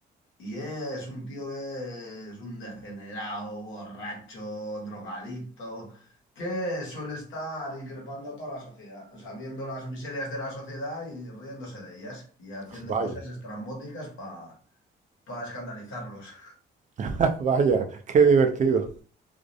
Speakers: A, on the left; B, on the right.
A: Y es un tío que es un degenerado, borracho, drogadicto, que suele estar increpando a toda la sociedad, o sea, viendo las miserias de la sociedad y riéndose de ellas y haciendo
B: <laughs> Vaya,
A: cosas estrambóticas para escandalizarlos.
B: <laughs> vaya, qué divertido,